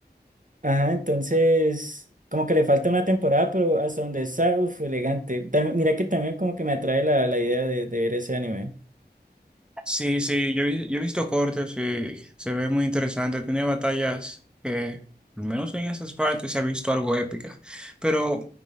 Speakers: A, on the right (about 50°); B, in the centre.
A: ajá, entonces... Como que le falta una temporada, pero hasta donde está, uff, elegante. Tam- mira que también como que me atrae la, la idea de de ver ese anime.
B: Sí, sí, yo, he- yo he visto cortes y se ve muy interesante. Tiene batallas que, al menos en esas partes, se ha visto algo épica. Pero